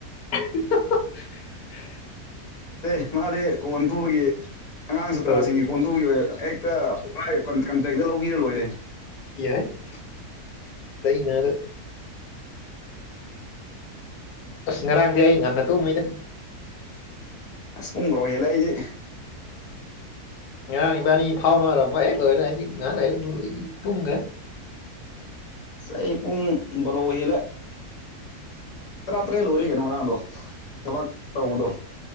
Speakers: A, on the left; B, on the left.
A: <unintelligible>
B: ꯑꯦ ꯃꯥꯗꯤ ꯀꯣꯟ ꯇꯨꯕꯒꯤ ꯑꯉꯥꯡ ꯁꯥꯇ꯭ꯔꯥꯁꯤꯡꯒꯤ
A: ꯑ
B: ꯀꯣꯟ ꯇꯨꯕꯒꯤ ꯑꯣꯏ ꯍꯦꯛ ꯇꯥ ꯋꯥꯏ ꯀꯟꯇꯦꯛꯇ ꯂꯧꯕꯤꯔ ꯂꯣꯏꯔꯦ
A: ꯌꯥꯏ ꯇꯩꯅ ꯑꯁ ꯉꯔꯥꯡꯗꯤ ꯑꯩ ꯉꯟꯅ ꯇꯨꯝꯃꯤꯗ
B: ꯑꯁ ꯄꯨꯡꯕ꯭ꯔꯣ ꯍꯦꯜꯂꯦ ꯑꯩꯗꯤ
A: ꯉꯔꯥꯡ ꯏꯕꯥꯅꯤ ꯐꯥꯎꯅꯔꯝꯕ ꯍꯦꯛ ꯂꯣꯏꯔ ꯑꯩꯗꯤ ꯉꯥꯍꯥꯛ ꯂꯩꯔ ꯑꯗꯨ ꯇꯨꯝꯒꯔ꯭ꯦ
B: ꯑꯁ ꯑꯩ ꯄꯨꯡ ꯕꯔꯣ ꯍꯦꯜꯂꯦ ꯇꯔꯥ ꯇꯔꯦꯠ ꯂꯣꯏꯔꯦ ꯀꯩꯅ ꯉꯔꯥꯡꯗꯣ ꯊꯕꯛ ꯇꯧꯕꯗꯣ